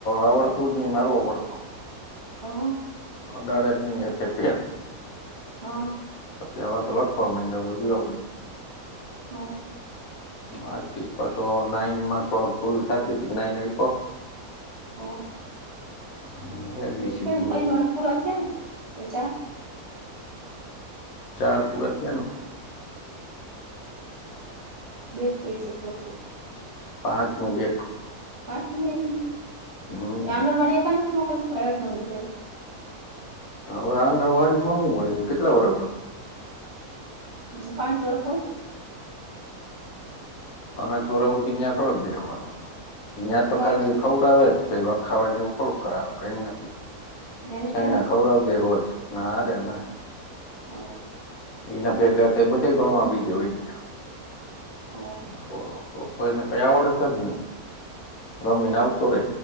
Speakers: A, on the left; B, on the right.
A: આવડતુ જ નઈ મારવો પડતો.
B: હા.
A: અડાડે જ ની હેઠે પેન.
B: હા.
A: પછી હવે તો લખવા મઈન્ડો બધું આવડી ગયું.
B: હા.
A: આજકી પાછો નાઈનમાં થોડોક ભૂલ થતી નાઈન આપ
B: ઓ.
A: <inaudible>
B: એ ટઇનવાર
A: હોય
B: પૂરા થયા ને બે ચાર.
A: ચાર પૂરા થયા.
B: બેટ ફેસ ઓછો થીયો
A: પાંચમું બેઠું.
B: પાંચમુ બહી ગયું
A: હમ
B: આંગણવાડી કને મ મોકલ પ્રાઇવેટ માં ભ હડ.
A: હા હવે આંગણવાડી માં શું હોય કેટલા વર હોય.
B: બે પાંચ વરષ હોય.
A: પાંચ વરહ હુધી ત્યાં થોડક બેહવાનું હતો યાં તો
B: પાંચ
A: ખાલી
B: વર્ષ
A: ખવર
B: હોય
A: આવે જ. છેલ લખાવવાય ને એવું થોડુંક કરાવે કઈ નથી
B: ત્યાં નથી
A: છયણા કવરવ દે રોજ. નારે ના
B: કરાવ્યા
A: એના ભેગા તે બધા પણણ આ બીજ હોય ગયા.
B: હ
A: બોલો તો તો એને કઈ આવડત જ ને
B: હ
A: રમીને
B: હ
A: આવતો રે.